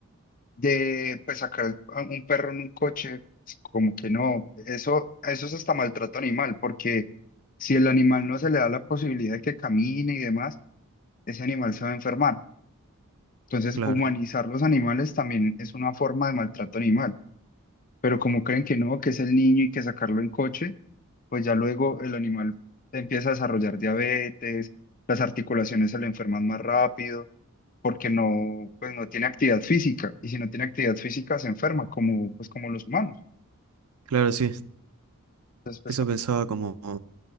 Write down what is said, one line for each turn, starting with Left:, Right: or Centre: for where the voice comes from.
Left: de pues, sacar a un perro en un coche, pues, como que no, eso, eso es hasta maltrato animal, porque si el animal no se le da la posibilidad de que camine y demás, ese animal se va a enfermar. Entonces,
Right: Claro,
Left: humanizar los animales también es una forma de maltrato animal, pero como creen que no, que es el niño y que sacarlo en coche, pues ya luego el animal empieza a desarrollar diabetes, las articulaciones se le enferman más rápido, porque no, pues no tiene actividad física, y si no tiene actividad física se enferma, como, pues como los humanos.
Right: claro, sí.
Left: Entonces, pues
Right: Eso
Left: también,
Right: pensaba como,